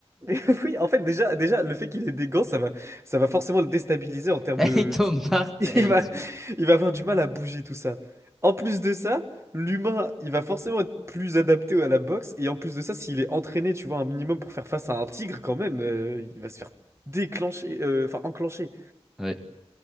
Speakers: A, on the right; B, in the centre.
A: Mais <laughs> oui, en fait, déjà, déjà, le fait qu'il ait des gants, ça va, ça va forcément le déstabiliser en
B: <laughs>
A: termes de...
B: Il tombe par terre
A: <laughs> Il va,
B: et tout.
A: il va avoir du mal à bouger tout ça. En plus de ça, l'humain, il va forcément être plus adapté à la boxe. Et en plus de ça, s'il est entraîné, tu vois, un minimum pour faire face à un tigre quand même, euh, il va se faire déclencher, euh, enfin enclencher.
B: Ouais.